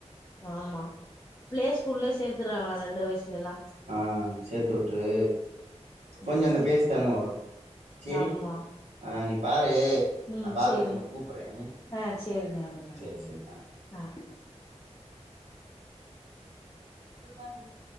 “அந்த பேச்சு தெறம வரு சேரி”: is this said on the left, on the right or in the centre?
Right